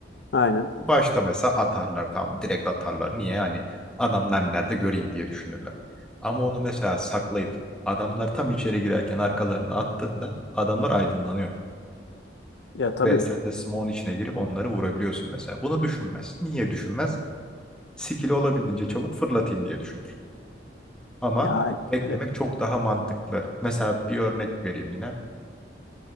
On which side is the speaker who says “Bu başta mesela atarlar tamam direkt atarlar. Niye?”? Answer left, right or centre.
Centre